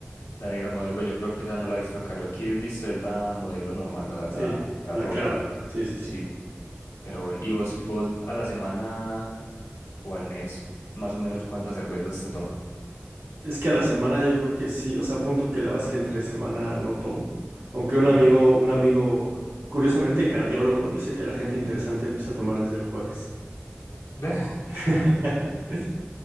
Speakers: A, on the left; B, on the right.
A: La negra modelo, pues yo creo que esa no la he visto acá. Yo aquí he visto es la modelo normal, la,
B: Sí,
A: la, la
B: la
A: rubia.
B: clara. Sí, sí, sí.
A: Sí, pero bueno. ¿Y vos, y vos a la semana o al mes, más o menos cuántas cervezas te tomas?
B: Es que a la semana yo creo que sí, o sea, pon tú que la verdad es que entre semana no tomo, aunque un
A: Ujú.
B: amigo, un amigo, curiosamente cardiólogo, dice que la gente interesante empieza a tomar desde el jueves.
A: <laughs>
B: <laughs>